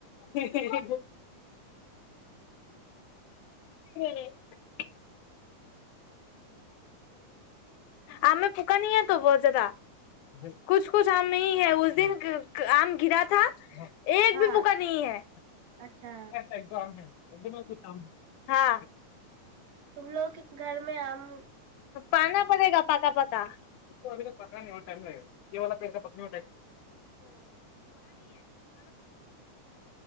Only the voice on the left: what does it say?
হি হি হি হি <unintelligible> আমে পুকা নাই হে টো বহুত জাদা কোচ কোচ আম নাহি হে উচ্ দিন আম গিৰা থা এক
বি পোকা নাহি হে।
হ চ একদম হ <unintelligible> হা।
পাৰনা পৰেগা পকা পকা মতলব য়েল্লো